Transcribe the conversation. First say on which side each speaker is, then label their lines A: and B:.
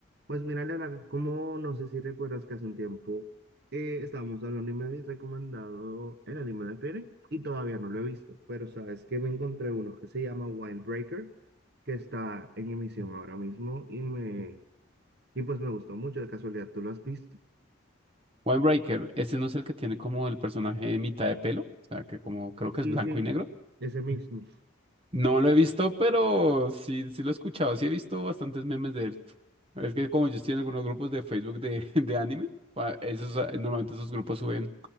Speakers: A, on the right; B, on the right.
A: Pues mira, Leonardo, como no sé si recuerdas que hace un tiempo eh, estábamos hablando y me habías recomendado el anime de Frieren y todavía no lo he visto, pero sabes que me encontré uno que se llama Winebreaker, que está en emisión ahora mismo y me y pues me gustó mucho, de casualidad, ¿tú lo has visto?
B: Breaker, ese no es el que tiene como el personaje de mitad de pelo, o sea, que como creo
A: Sí,
B: que es blanco
A: sí,
B: y negro.
A: ese mismo.
B: No lo he visto, pero sí, sí lo he escuchado, sí he visto bastantes memes de él. Es que como yo estoy en algunos grupos de Facebook de, <laughs> de anime, pa- esos, ah, normalmente esos grupos suben